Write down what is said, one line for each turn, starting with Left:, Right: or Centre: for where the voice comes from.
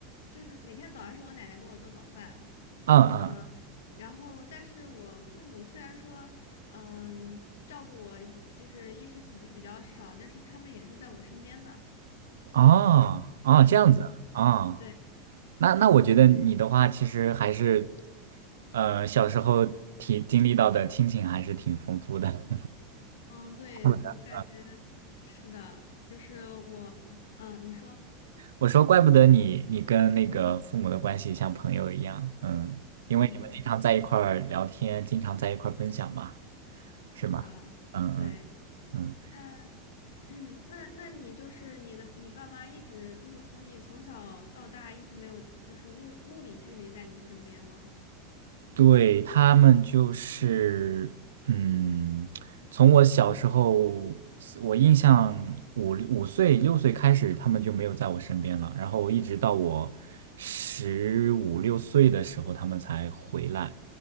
Left: 就是每天早上是我奶奶给我做早饭，
Right: 啊啊
Left: 嗯、然后但是我父母虽然说嗯照顾我，就是衣食起居比较少，但是他们也是在我身边的。
Right: 啊啊，这样子啊。
Left: 嗯。
Right: 哦
Left: 对。
Right: 那那我觉得你的话，其实还是，呃，小时候体经历到的亲情还是挺丰富的。
Left: 嗯，对，
Right: <laughs>
Left: 我感觉是的，就是我，嗯，你说，
Right: 我说，怪不得你你跟那个父母的关系像朋友一样，嗯，
Left: 嗯，
Right: 因为你们经常在一块儿聊天，经常在一块儿分享嘛，是吗？
Left: 是的，
Right: 嗯嗯
Left: 对，
Right: 嗯。
Left: 那 <clears throat> 那那你就是你的，你爸妈一直就是从你从小到大一直没有就是物物理距离在你身边吗？
Right: 对，他们就是，嗯，从我小时候，我印象五五岁六岁开始，他们就没有在我身边了。然后一直到我十五六岁的时候，他们才回来。